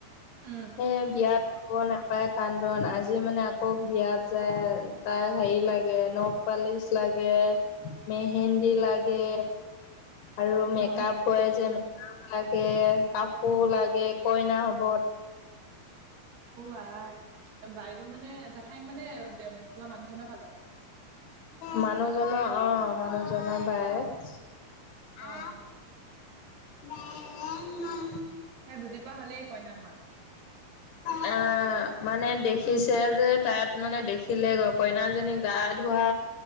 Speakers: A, on the right; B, on the left.
A: উম,
B: হে বিয়াত <unintelligible> নাপায় কান্দন আজি মানে আকৌ বিয়াত যায় তাক হেৰি লাগে নখ পা পালিচ লাগে, মেহেন্দী লাগে। আৰু মেকআপ
A: অ
B: কৰে যে মেকআপ লাগে। কাপ কৌ লাগে কইনা হ'ব।
A: উৱাই। এ, বাইদেউ মানে জেঠাইক মানে দেম তোমাৰ মানুহজন' ভাল।
B: মানুহজনৰ অ', মানুহজনৰ বায়েক।
A: অ'
B: <inaudible>
A: তাই বুজি পোৱা হ'লে কইনা হোৱা।
B: হা অ' মানে দেখিছে যে, তাত মানে দেখিলেগৈ কইনাজনি গা ধোৱা।